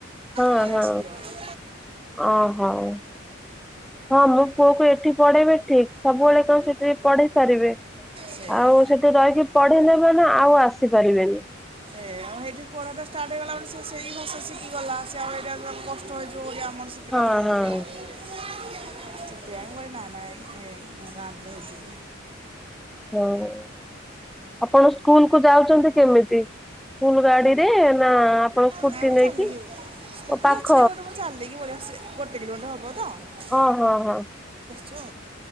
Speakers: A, in the centre; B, on the right.
A: ହଁ
B: ପଳେଇ
A: ହଁ
B: ଆସିଲି ଆଉ
A: ଓ ହଉ। ହଁ ମୋ ପୁଅକୁ ଏଠି ପଢେଇବି ଠିକ ସବୁବେଳେ କଣ ସେଠି ପଢେଇ ପାରିବେ।
B: ସେଇଆ
A: ଆଉ ସେଠି ରହିକି ପଢେଇଲେ ମାନେ ଆଉ ଆସିପାରିବେନି।
B: ଏ ଆଉ ହେଇଠି ପଢା ଟା ଷ୍ଟାର୍ଟ ହେଇଗଲା ମାନେ ସେ ସେଇ ଭାସା ଶିଖିଗଲା ସେ ଆଉ ଏଇଟା କଷ୍ଟ ହେଇଯିବ ଓଡିଆ ଆମର କିଲା
A: ହଁ
B: ବେଳକୁ
A: ହଁ
B: ସେଥି ପାଇଁ ମୁଁ କହିଲି ନାଇ ନାଇ ଗାଧୋଉଚି।
A: ହଁ। ଆପଣ ସ୍କୁଲ କୁ ଯାଉଛନ୍ତି କେମିତି ସ୍କୁଲ ଗାଡିରେ ନା ଆପଣ ସ୍କୁଟି
B: ନାଇଁ ମୁଁ
A: ନେଇକି
B: ଚାଲିକି ସ୍କୁଟି
A: ଓ ପାଖ
B: ଅଛି ବଟ୍ ମୁଁ ଚାଲିକି ପଳିଆସୁଚି ଗୋଟେ କିଲୋମିଟର ହବ ତ।
A: ହଁ ହଁ ହଁ।
B: ଛୁ